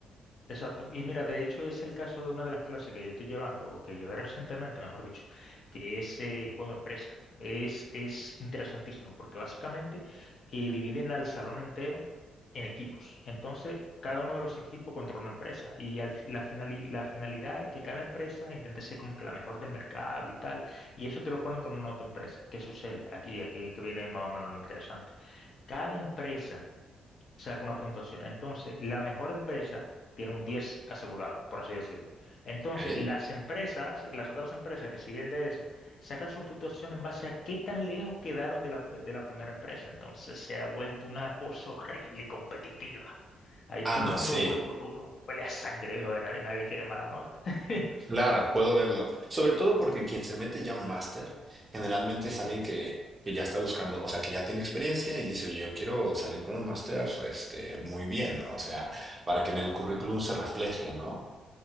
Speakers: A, on the left; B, on the right.
A: Exacto. Y mira, de hecho es el caso de una de las clases que yo estoy llevando, o que llevé recientemente, mejor dicho, que es eh, juego empresa. Es, es interesantísimo porque básicamente eh, dividen al salón entero en equipos. Entonces, cada uno de los equipos controla una empresa y al fi- la, finali- la finalidad es que cada empresa intente ser como que la mejor del mercado y tal. Y eso te lo ponen con una otra empresa. ¿Qué sucede? Aquí, aquí que viene más o menos lo interesante. Cada empresa saca una puntuación. Entonces, la mejor empresa tiene un 10 asegurado, por así decirlo. Entonces,
B: ¿ok?
A: las empresas, las otras empresas que siguen de esa, sacan su puntuación en base a qué tan lejos quedaron de la, de la primera empresa. Entonces, se ha vuelto una cosa horrible y competitiva. Ahí todo
B: Ah,
A: el
B: no,
A: mundo
B: sí,
A: hue- hue- hue- huele, a sangre, hijo de nadie, nadie quiere mala nota. <laughs>
B: claro, puedo verlo. Sobre todo porque quien se mete ya a un máster generalmente
A: Ujú.
B: es alguien que, que ya está buscando, o sea, que ya tiene experiencia y dice, oye, yo quiero salir con un máster, este, muy bien, ¿no? O sea, para que en el currículum se refleje, ¿no?